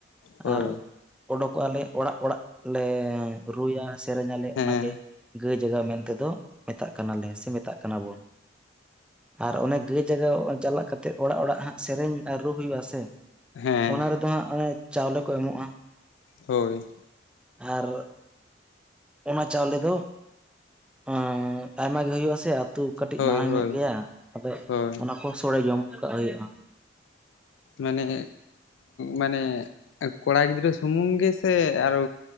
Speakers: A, on the left; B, in the centre.
A: ᱦᱳᱭ
B: ᱟᱨ ᱳᱰᱳᱠᱚᱜᱼᱟᱞᱮ ᱚᱲᱟᱜ ᱚᱲᱟᱜ ᱞᱮ ᱨᱩᱭᱟ᱾ ᱥᱮᱨᱮᱧ ᱟᱞᱮ
A: ᱦᱮᱸ
B: ᱚᱱᱟᱜᱮ ᱜᱟᱹᱭ ᱡᱟᱜᱟᱣ ᱢᱮᱱᱛᱮ ᱫᱚ ᱢᱮᱛᱟᱜ ᱠᱟᱱᱟᱞᱮ ᱥᱮ ᱢᱮᱛᱟᱜ ᱠᱟᱱᱟ ᱵᱚᱱ᱾ ᱟᱨ ᱚᱱᱮ ᱜᱟᱹᱭ ᱡᱟᱜᱟᱣ ᱪᱟᱞᱟᱜ ᱠᱟᱛᱮᱜ ᱚᱲᱟᱜ ᱚᱲᱟᱜ ᱦᱟᱸᱜ ᱥᱮᱨᱮᱧ ᱨᱩ ᱦᱩᱭᱩᱜᱼᱟ ᱥᱮ,
A: ᱦᱮᱸ
B: ᱚᱱᱟ ᱨᱮᱫᱚ ᱦᱟᱸᱜ ᱚᱱᱮ ᱪᱟᱣᱞᱮ ᱠᱚ ᱮᱢᱚᱜᱼᱟ᱾
A: ᱦᱳᱭ᱾
B: ᱟᱨ ᱚᱱᱟ ᱪᱟᱣᱞᱮ ᱫᱚ ᱦᱟᱸ ᱟᱭᱢᱟ ᱜᱮ ᱦᱩᱭᱩᱜᱼᱟ ᱥᱮ, ᱛᱩ ᱠᱟᱹᱴᱤᱡ
A: ᱦᱳᱭ
B: ᱢᱟᱲᱟᱝ
A: ᱦᱳᱭ
B: ᱧᱚᱜ ᱜᱮᱭᱟ ᱟᱫᱚ
A: ᱦᱳᱭ
B: ᱚᱱᱟ ᱠᱚ ᱥᱳᱲᱮ ᱡᱚᱢ ᱠᱟᱜ ᱦᱩᱭᱩᱜᱼᱟ᱾
A: ᱢᱟᱱᱮ ᱢᱟᱱᱮ ᱠᱚᱲᱟ ᱜᱤᱫᱽᱨᱟᱹ ᱥᱩᱢᱩᱝ ᱜᱮᱥᱮ ᱟᱨᱚ